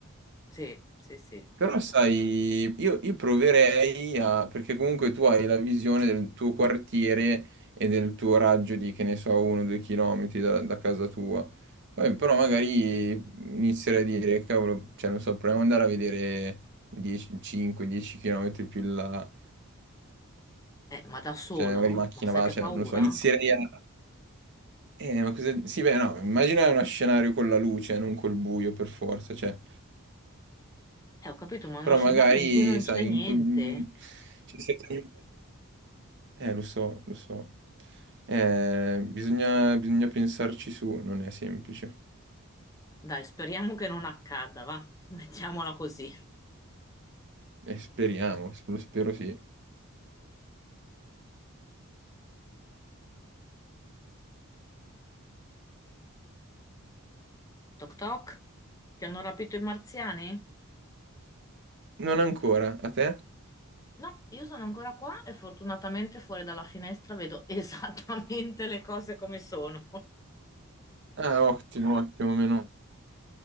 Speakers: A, on the left (about 15°); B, on the right (about 55°).
A: Sì, sì, sì.
B: Però sai, io, io proverei a, perché comunque tu hai la visione del tuo quartiere e del tuo raggio di, che ne so, uno o due chilometri da, da casa tua. Poi, però magari inizierei a dire, cavolo, cioè non so, proviamo ad andare a vedere 10, 5-10 chilometri più in là,
A: Eh, ma da solo?
B: cioè magari macchina
A: Ma sai
B: va,
A: che
B: cioè
A: paura?
B: non so, inizierei a... Eh, ma cosa... Sì, beh, no, immagina uno scenario con la luce, non col buio per forza, cioè,
A: Eh, ho capito, ma è
B: però
A: uno scenario
B: magari,
A: in cui non
B: sai,
A: c'è niente.
B: in... quel- cioè, senza Eh, lo so, lo so. Eh, bisogna, bisogna pensarci su, non è semplice.
A: Dai, speriamo che non accada, va? <laughs> Mettiamola così.
B: Eh, speriamo, sp- lo spero sì.
A: Toc toc. Ti hanno rapito i marziani?
B: Non ancora, a te?
A: No, io sono ancora qua e fortunatamente fuori dalla finestra vedo <laughs> esattamente le cose come sono. <laughs>
B: Ah, ottimo, ottimo, meno